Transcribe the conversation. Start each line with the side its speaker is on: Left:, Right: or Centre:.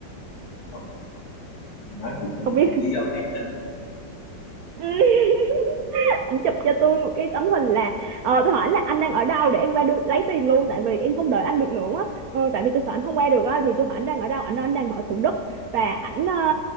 Left: không, nói gì nữa
Right: Không
Left: một lý do khác nữa hả?
Right: biết ảnh chụp cho tôi một cái tấm hình là ờ, tôi hỏi là anh đang ở đâu để em qua đưa, lấy tiền luôn tại vì em không đợi anh được nữa á. Ờ, tại vì tôi sợ anh không
Left: ừ.
Right: qua được á thì tôi hỏi anh đang ở đâu anh nói anh đang ở Thủ Đức và ảnh ờ,